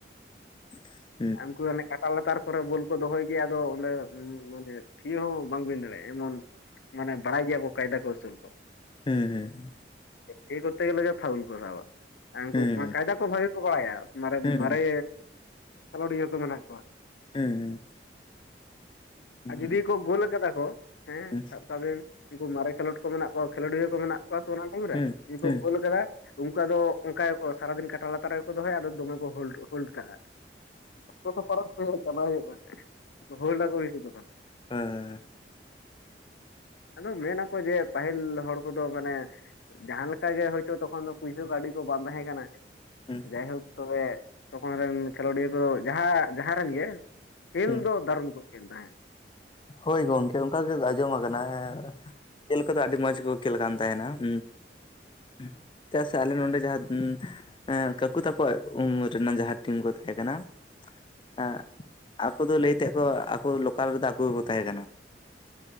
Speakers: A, on the left (about 30°); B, on the left (about 80°).
A: <inaudible>
B: ᱟᱸ ᱩᱱᱠᱩ ᱚᱱᱮ ᱠᱟᱴᱟ ᱞᱟᱛᱟᱨ ᱠᱚᱨᱮ ᱵᱳᱞ ᱠᱚ ᱫᱚᱦᱚᱭ ᱜᱮᱭᱟ ᱟᱫᱚ ᱚᱸᱰᱮ ᱢᱟᱱᱮ ᱛᱷᱤᱭᱟᱹ ᱦᱚᱸ ᱵᱟᱝ ᱵᱤᱱ ᱫᱟᱲᱮᱜᱼᱟ ᱮᱢᱚᱱ ᱢᱟᱱᱮ ᱵᱟᱲᱟᱭ ᱜᱮᱭᱟ ᱠᱚ ᱠᱟᱭᱫᱟ ᱠᱚ ᱟᱹᱥᱩᱞ ᱠᱚ᱾
A: ᱦᱩᱸ ᱦᱩᱸ ᱦᱩᱸ᱾
B: ᱪᱮᱫ, ᱛᱷᱤᱭᱟᱹ ᱠᱚᱨᱛᱮ ᱜᱮ ᱞᱮ ᱯᱷᱟᱣᱩᱞ ᱠᱚ ᱥᱟᱵᱼᱟ, ᱟᱨ ᱩᱸᱠᱩ
A: ᱦᱩᱸ
B: ᱯᱷᱟᱸ ᱠᱟᱭᱫᱟ ᱠᱚ ᱵᱷᱟᱹᱜᱤ ᱠᱚ ᱵᱟᱲᱟᱭᱟ᱾ ᱢᱟᱨᱮᱫ
A: ᱦᱩᱸ
B: ᱢᱟᱨᱮ ᱠᱷᱮᱞᱳᱸᱰᱤᱭᱟᱹ ᱠᱚ ᱢᱮᱱᱟᱜ ᱠᱚᱣᱟ᱾
A: ᱦᱮᱸ ᱦᱩᱸ᱾ ᱦᱩᱸ
B: ᱟᱨ ᱡᱩᱫᱤ
A: ᱦᱩᱸ
B: ᱠᱚ ᱜᱳᱞ ᱟᱠᱟᱫᱟ ᱠᱚ ᱦᱮᱸ,
A: ᱦᱩᱸ
B: ᱥᱟᱵ ᱠᱟᱜ ᱵᱤᱱ ᱩᱸᱠᱩ ᱢᱟᱨᱮ ᱠᱷᱮᱞᱳᱰ ᱠᱚ ᱢᱮᱱᱟᱜ ᱠᱚᱣᱟ ᱠᱷᱮᱞᱳᱰᱤᱭᱟᱹ ᱠᱚ ᱢᱮᱱᱟᱜ ᱠᱚᱣᱟ ᱛᱚ ᱚᱱᱟ ᱴᱤᱢ ᱨᱮ,
A: ᱦᱩᱸ
B: ᱩᱸᱠᱩ
A: ᱦᱩᱸ
B: ᱜᱳᱞ ᱟᱠᱟᱫᱟ ᱩᱸᱠᱩ ᱟᱫᱚ ᱚᱸᱠᱟ ᱜᱮᱠᱚ ᱥᱟᱨᱟᱫᱤᱱ ᱠᱟᱴᱟ ᱞᱟᱛᱟᱨ ᱨᱮᱜᱮ ᱠᱚ ᱫᱚᱦᱚᱭᱟ, ᱟᱫᱚ ᱫᱚᱢᱮ ᱠᱚ ᱦᱳᱞᱰ ᱦᱳᱞᱰ ᱠᱟᱜᱼᱟ᱾ ᱚᱠᱛᱚ ᱠᱚ ᱯᱟᱨᱚᱢ <unintelligible> ᱪᱟᱞᱟ ᱦᱩᱭᱩᱜ ᱠᱟᱱᱟ, ᱦᱚᱞᱰ ᱟᱠᱚ ᱵᱮᱥᱤ ᱫᱚ᱾
A: ᱦᱮᱸ ᱦᱮᱸ ᱻ
B: ᱟᱫᱚ ᱢᱮᱱ ᱟᱠᱚ ᱡᱮ ᱯᱟᱹᱦᱤᱞ ᱦᱚᱲ ᱠᱚᱫᱚ ᱢᱟᱱᱮ ᱡᱟᱦᱟᱸ ᱞᱮᱠᱟ ᱜᱮ ᱦᱳᱭᱛᱳ ᱛᱚᱠᱷᱚᱱ ᱫᱚ ᱯᱩᱭᱥᱟᱹ ᱠᱟᱹᱣᱰᱤ ᱠᱚ ᱵᱟᱝ ᱛᱟᱦᱮᱸ ᱠᱟᱱᱟ,
A: ᱦᱩᱸ
B: ᱡᱟᱭᱦᱩᱠ ᱛᱚᱵᱮ ᱛᱚᱠᱷᱚᱱ ᱨᱮᱱ ᱠᱷᱮᱞᱳᱰᱤᱭᱟᱹ ᱠᱚ ᱡᱟᱦᱟ ᱡᱟᱦᱟᱸ ᱨᱮᱱ ᱜᱮ ᱠᱷᱮᱞ
A: ᱦᱩᱸ
B: ᱫᱚ ᱫᱷᱚᱨᱢ ᱠᱚ ᱠᱷᱮᱞ ᱛᱟᱦᱮᱸᱜ᱾
A: ᱦᱳᱭ ᱜᱚᱝᱠᱮ ᱚᱸᱠᱟ ᱜᱮᱫ ᱟᱸᱡᱚᱢ ᱟᱠᱟᱱᱟ ᱦᱮᱸ, ᱠᱷᱮᱞ ᱠᱚᱫᱚ ᱟᱹᱰᱤ ᱢᱚᱸᱡᱽ ᱜᱮᱠᱚ ᱠᱷᱮᱞ ᱠᱟᱱ ᱛᱟᱦᱮᱸᱱᱟ, ᱩᱸ <unintelligible> ᱪᱮᱫᱟᱜ ᱥᱮ ᱟᱞᱮ ᱱᱚᱰᱮ ᱡᱟᱦᱟᱸ, ᱩᱸ ᱮᱸ ᱠᱟᱹᱠᱩ ᱛᱟᱠᱚᱣᱟᱜ ᱩᱸᱻᱢᱮᱨ ᱨᱤᱱ ᱱᱟᱜ ᱡᱟᱦᱟᱸ ᱴᱤᱢ ᱠᱚ ᱛᱟᱦᱮᱸ ᱠᱟᱱᱟ, ᱮᱸ ᱟᱠᱚ ᱫᱚ ᱞᱟᱹᱭ ᱛᱟᱦᱮᱸᱜ ᱠᱚ ᱟᱠᱚ ᱞᱳᱠᱟᱞ ᱨᱮᱫᱚ ᱟᱠᱚ ᱜᱮᱠᱚ ᱛᱟᱦᱮᱸ ᱠᱟᱱᱟ᱾